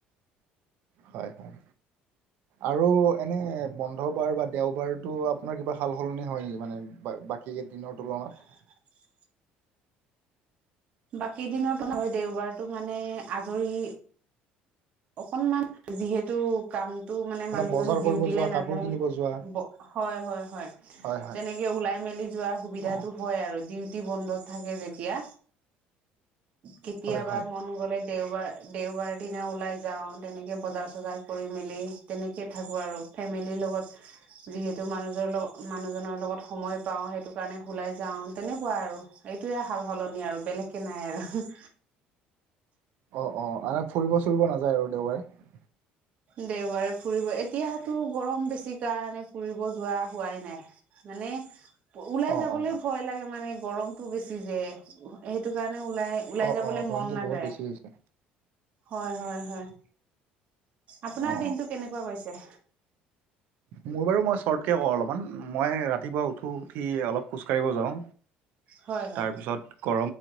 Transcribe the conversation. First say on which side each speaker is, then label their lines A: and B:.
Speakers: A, on the right; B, on the right.
A: হয় হয়। আৰু এনে বন্ধ বাৰ বা দেওবাৰতো আপোনাৰ কিবা সাল সলনি হয় নেকি মানে বাকীকেইদিনৰ তুলনাত
B: <unintelligible> বাকী দিনৰতোহয় দেওবাৰতটো মানে আজৰি অকনমান যিহেতু কামতটো মানে মানুহজননে
A: বজাৰ
B: ডিউটিল
A: কৰিব যোৱা
B: নাযায়
A: কাপোৰ কিনিব যোৱা
B: হয় হয় হয়
A: হয় হয়
B: তেনেকে ওলাই মেলি যোৱাৰ সুবিধাটো
A: অ
B: হয় আৰু দি বন্ধ থাকে যেতিয়া কেতিয়াবা
A: হয় হয়
B: মন গলে দেওবাৰ দেওবাৰ দিনা ওলাই। যাওঁ তেনেকে বজাৰ চজাৰ কৰি মেলি তেনেকে থাকো আৰু ফেমিলিৰ লগত যিহেতু। মানু মানুহজনৰ লগত সময় পাওঁ সেইটো কাৰণে ওলাই যাওঁ তেনেকুৱা আৰু এইটো ভাল। সলনি আৰু বেলেগকে নাই আৰু
A: অঁ অঁ আনক ফুৰিব চুৰিব নাযায় আৰু দেওবাৰে
B: দেওবাৰে ফুৰিব এতিয়াতো গৰম বেছি কাৰণে ফুৰিব যোৱা হোৱাই নাই। মানে ওলাই
A: অ
B: যাবলৈ
A: অ
B: ভয় লাগে মানে গৰমতটো বেছি যে সেইটো কাৰণে ওলাই ওলাই
A: অ
B: যাবলৈ
A: অ গৰমটো
B: মন নাযায়
A: বহুত বেছি হৈছে
B: হয় হয় হয়। আপোনাৰ
A: অ
B: দিনটো কেনেকুৱা কৈছে।
A: মোৰ বাৰু মই শৰ্টকে কওঁ অলপমান মই ৰাতিপুৱা উঠো উঠি অলপ খোজ কাঢ়িব যাওঁ
B: হয় হয়
A: তাৰপিছত গৰ